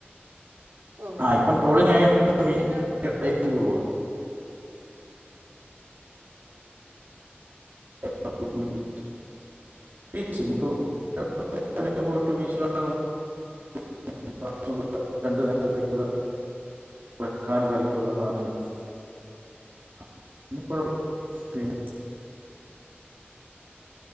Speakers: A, on the right (about 80°); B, on the right (about 45°).
A: ഓ
B: ആ ഇപ്പം ട്രോളിംഗയൊണ്ട്
A: ഇപ്പം പിന്നെ
B: <unintelligible> കൂടുവാ <unintelligible> ക്ക് <unintelligible> പോയിട്ട് വീശി <unintelligible> രണ്ട നേരത്തേക്കുള്ള വക്കാൻ കറിക്കുള്ള സാനം കിട്ടും <unintelligible>